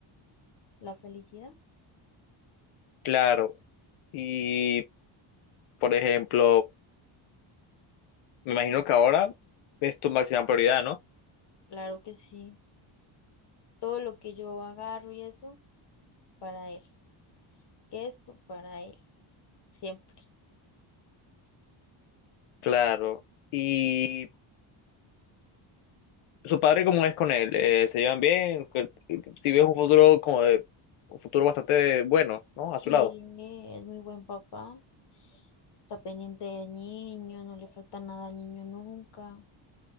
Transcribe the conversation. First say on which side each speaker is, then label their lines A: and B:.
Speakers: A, on the left; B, on the left.
A: la felicidad,
B: Claro, y por ejemplo, me imagino que ahora es tu máxima prioridad, ¿no?
A: claro que sí. Todo lo que yo agarro y eso, para él. Que esto, para él, siempre.
B: Claro, y su padre, ¿cómo es con él? Eh, ¿se llevan bien? Que- Si ves un futuro como de- un futuro bastante bueno, ¿no?
A: Sí,
B: A su lado,
A: es muy buen papá. Está pendiente del niño, no le falta nada al niño nunca.